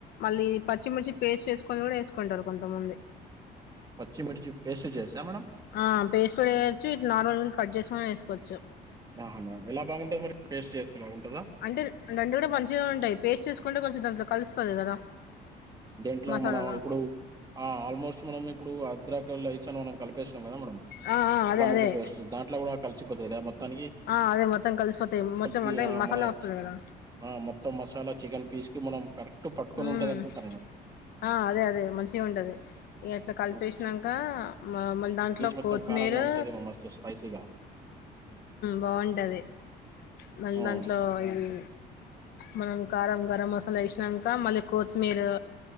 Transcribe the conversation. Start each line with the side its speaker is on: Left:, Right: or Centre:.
Left: మళ్ళీ పచ్చిమిర్చి పేస్ట్ చేేసుకొని కూడా వేసుకుంటారు కొంతమంది
Right: పచ్చిమిర్చి పేస్ట్ చేసా మేడం
Left: ఆ పేస్ట్ కూడా వేయొచ్చు ఇట్లా నార్మల్ కట్ చేసుకని వేసుకోవచ్చు
Right: ఆహఎలా బాగుంటది మరి పేస్ట్ చేస్తే బాగుంటదా
Left: అంటే రెండు కూడా మంచిగానే ఉంటాయి పేస్ట్ చేసుకుంటే కొంచెం దాంట్లో కలుస్తుంది కదా
Right: దేంట్లో
Left: మసాలాలో
Right: మనం ఇప్పుడు ఆ ఆల్మోస్ట్ మనం ఇప్పుడు అన్నిరకాలు మనం కలిపేసాము కదా మేడం
Left: ఆ ఆ అదే
Right: అల్లం
Left: అదే
Right: వెల్లుల్లి పేస్ట్ దాంట్లో కూడా కలిసిపోతుంది కదా మొత్తానికి
Left: ఆ అదే మొత్తం కలిసిపోతాయి మొత్తం
Right: పి
Left: అంటే
Right: ఆహ్,
Left: మసాలా
Right: మన
Left: వస్తది
Right: చ్
Left: కదా
Right: ఆ మొత్తం మసాలా చికెన్ పీస్ కి కరెక్ట్ పట్టుకొని
Left: ఉమ్
Right: ఉంటది అనుకుంటనా నేను
Left: ఆ అదే అదే మంచిగా ఉంటది అట్లా కలిపేసినంకా
Right: ఓకే.
Left: మ్మ్ దాంట్లో
Right: పీస్ మొత్తం
Left: కొత్తిమీరు
Right: కారంగా ఉంటదేమో మస్తు స్పైసీ‌గా.
Left: బాగుంటది మళ్ళి
Right: హ్మ్.
Left: దాంట్లో ఇవి మనం కారం గరం మసాలా వేసినాక మళ్ళీ కొత్తిమిరా